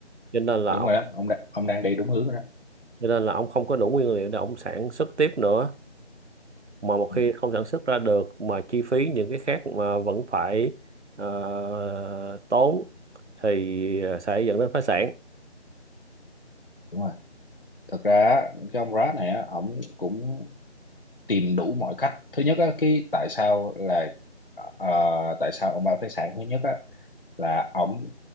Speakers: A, on the right (about 80°); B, on the left (about 55°).
A: cho nên là
B: đúng
A: ông
B: rồi đó ông đang ông đang đi đúng hướng rồi đó
A: cho nên là ông không có đủ nguyên liệu để ông sản xuất tiếp nữa mà một
B: ừ,
A: khi không sản xuất ra được mà chi phí những cái khác mà vẫn phải ờ, tốn thì ờ, sẽ dẫn đến phá sản
B: đúng rồi thực ra á, cái ông Brad này á, ổng cũng tìm đủ mọi cách thứ nhất á cái tại sao là ờ, tại sao ông Buffett sản thứ nhất á là ổng